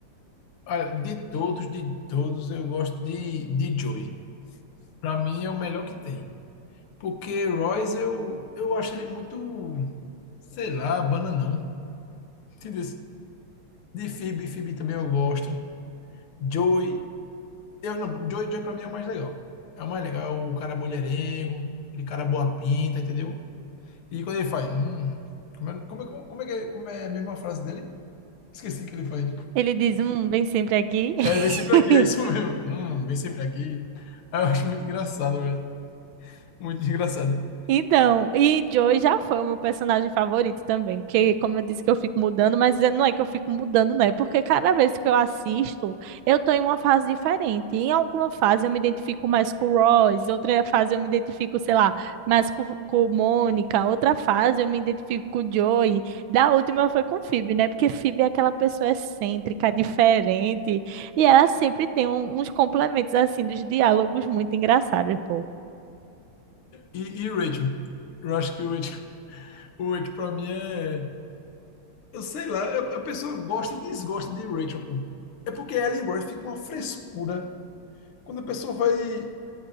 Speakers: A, on the left (about 85°); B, on the right (about 75°).
A: Olha, de todos, de todos, eu gosto de, de Joey. Pra mim é o melhor que tem. Porque Royce, eu, eu acho ele muito, sei lá, bananão. Entendeu? De Phoebe, Phoebe também eu gosto. Joey, eu não, Joey, Joey pra mim é o mais legal. É o mais legal, o cara mulherengo, aquele cara boa pinta, entendeu? E quando ele faz, hum, como é, como é, como é, que é, como é a mesma frase dele? Esqueci que ele faz.
B: Ele diz, hum, vem sempre aqui.
A: É, vem sempre
B: <laughs>
A: aqui, é isso mesmo. Hum, vem sempre aqui. Ah, Eu acho muito engraçado, velho. Muito engraçado.
B: Então, e Joey já foi o meu personagem favorito também, porque, como eu disse que eu fico mudando, mas não é que eu fico mudando, né? Porque cada vez que eu assisto, eu tô em uma fase diferente. Em alguma fase eu me identifico mais com o Royce, outra fase eu me identifico, sei lá, mais com, com Mônica, outra fase eu me identifico com o Joey. Da última foi com Phoebe, né? Porque Phoebe é aquela pessoa excêntrica, diferente, e ela sempre tem um- uns complementos, assim, dos diálogos muito engraçados, pô.
A: E, e o Rachel? Eu acho que o Rachel, o Rachel pra mim é. Eu sei lá, eu- a pessoa gosta e desgosta de Rachel, pô. É porque ela e Rory ficam uma frescura. Quando a pessoa vai